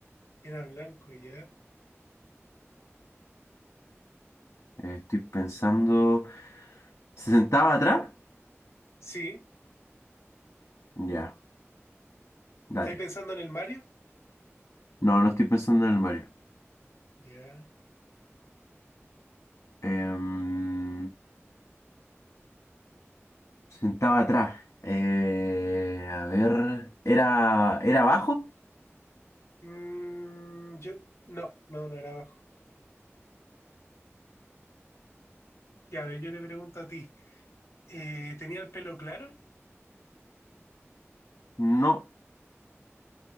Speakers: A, on the left; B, on the left.
A: era blanco, ya.
B: Eh, estoy pensando. ¿Se sentaba atrás?
A: Sí,
B: Ya, dale.
A: ¿estáis pensando en el Mario?
B: No, no estoy pensando en el Mario.
A: Ya.
B: Em, se sentaba atrás. Eh, a ver. ¿Era, era bajo?
A: Mm, yo, no, no, no era abajo. Ya, a ver, yo le pregunto a ti. Eh, ¿tenía el pelo claro?
B: No.